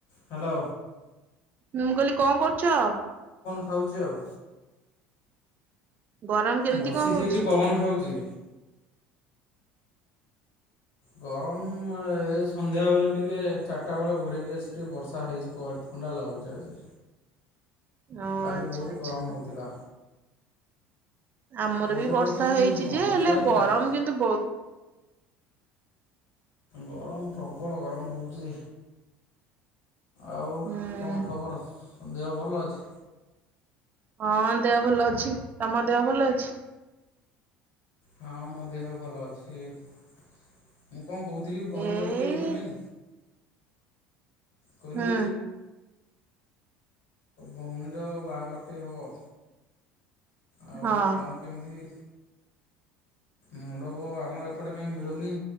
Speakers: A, on the left (about 65°); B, on the right (about 35°).
A: ହ୍ୟାଲୋ
B: ମୁଁ କହିଲି କଣ କରୁଛ?
A: ଖାଉଚି ଆଉ।
B: ଗରମ କେମିତି
A: ବସିଚି
B: କଣ ହଉଛି?
A: ଏଇଠି ପବନ ଖାଉଚି। ଗରମ ଏ ସନ୍ଧ୍ୟା ବେଳେ ଟିକେ ଚାରିଟା ବେଳେ ଘୋରେଇକି ଆସି ଟିକେ ବର୍ଷା ହେଇଚି କୁଆଡେ ତ ଥଣ୍ଡା ଲାଗୁଚି ଆଜି।
B: ଓ
A: କାଲି
B: ଆଚ୍ଛା
A: ବହୁତ
B: ଆଚ୍ଛା।
A: ଗରମ ହେଉଥିଲା।
B: ଆମର
A: ତମ
B: ବି
A: ସେପଟେ
B: ବର୍ଷା
A: କେମିତି
B: ହେଇଚି
A: ହେଉଛି କଣ
B: ଯେ ହେଲେ
A: ବର୍ଷା ହେଇଥିଲା
B: ଗରମ
A: କି?
B: କିନ୍ତୁ ବୋହୁତ।
A: ଗରମ ପ୍ରବଳ ଗରମ ହୋଉଚି। ଆଉ
B: ହୁଁ
A: କଣ ଖବର ଦେହ ଭଲ ଅଛି?
B: ହଁ ଦେହ ଭଲ ଅଛି ତମ ଦେହ ଭଲ ଅଛି?
A: ହଁ ମୋ ଦେହ ଭଲ ଅଛି। ମୁଁ କଣ କୋହୁଥିଲି ଫୋନ୍
B: ଏଇ
A: କରିଥିଲି ଏଇଥିପାଇଁ କହିଲି
B: ହୁଁ
A: ଭଉଣୀର ବାହାଘର ଟିକେ ହବ। ଆଉ
B: ହଁ
A: କଣ କେମିତି? ମଣ୍ଡପ ଆମର ଏପଟେ କାହିଁ ମିଳୁନି